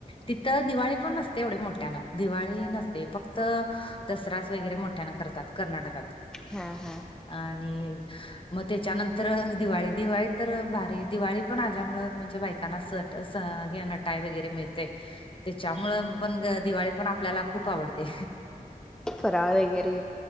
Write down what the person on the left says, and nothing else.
तिथं दिवाळी पण नसते एवढे मोठ्यानं दिवाळी नसते फक्त दसराच वगैरे मोठ्यानं करतात. कर्नाटकात.
आणि मग त्याच्यानंतर दिवाळी दिवाळी तर भारी दिवाळी पण आल्यामुळ म्हणजे बायकांना सण सण या <unintelligible> नटायला वगैरे मिळते त्यांच्यामुळे पण दिवाळी पण आपल्याला खूप आवडते.